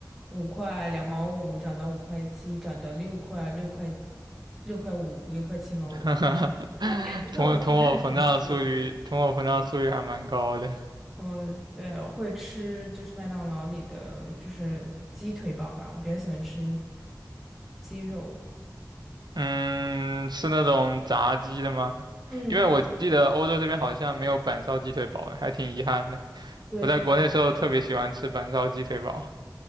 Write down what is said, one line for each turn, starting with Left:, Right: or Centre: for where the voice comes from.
Centre: 五块两毛五涨到五块七，涨到六块六块六块五六块七毛五。
Right: <laughs>
Centre: <laughs> 你看我都已经很熟悉了。
Right: 通货通货膨胀速率，通货膨胀速率还蛮高的。
Centre: 我对我会吃就是麦当劳里的就是鸡腿堡吧，我比较喜欢吃鸡肉。
Right: 嗯，是那种炸鸡的吗？
Centre: 嗯，
Right: 因为我记得欧洲这边好像没有板烧鸡腿堡，还挺遗憾的。
Centre: 对，
Right: 我在国内时候特别喜欢吃板烧鸡腿堡。
Centre: 挺。